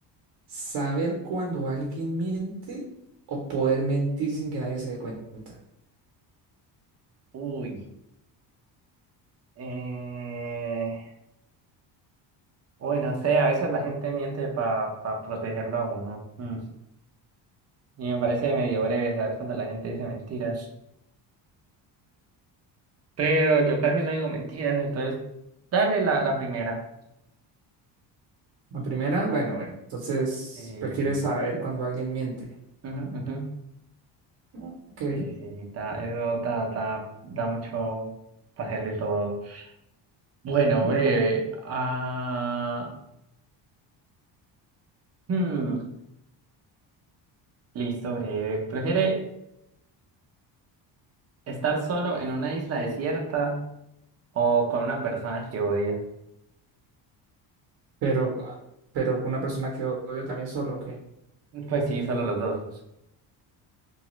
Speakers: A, on the right; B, on the right.
A: ¿Saber cuando alguien miente o poder mentir sin que nadie se dé cuenta?
B: Uy. Eh... Uy, no sé, a veces la gente miente para protegerlo a uno. Mm. Y me parece medio breve saber cuando la gente dice mentiras. Pero yo casi no digo mentiras, entonces dale la, la primera.
A: La primera, bueno, bueno, entonces
B: Eh,
A: prefiere
B: breve.
A: saber cuando alguien miente.
B: Ujú, ujú.
A: Ah, Ok,
B: Sí, sí, sí, da, eso da, da, da mucho para hacer de todo. Bueno,
A: ok.
B: breve. Ah, hmm, listo, breve. ¿Prefiere estar solo en una isla desierta o con una persona que odia?
A: Pero, ah, pero con una persona que odio también solo, ok.
B: Pues sí, solo los dos.